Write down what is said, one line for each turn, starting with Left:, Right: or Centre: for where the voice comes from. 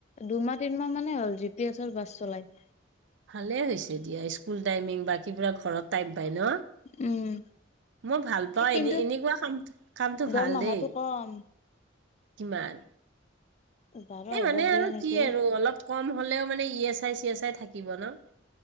Left: দুমাহ, তিনমাহ মান। হ'ল জি পি এছৰ বাছ চলাই।
Right: ভাল হৈছে দিয়া স্কুল টাইমিং বা কিবা ঘৰত। হয়, ন।
Left: উম
Right: মই ভাল পাওঁ
Left: কিন্তু
Right: এনে এনেকুৱা কাম কামটো
Left: দৰমহাটো
Right: ভাল দেই।
Left: কম
Right: কিমান?
Left: বাৰ
Right: এই
Left: হাজাৰ
Right: মানে
Left: দিয়ে
Right: আৰু
Left: নেকি
Right: কি আৰু অলপ কম হলেও মানে E S I C S I থাকে। কিব ন।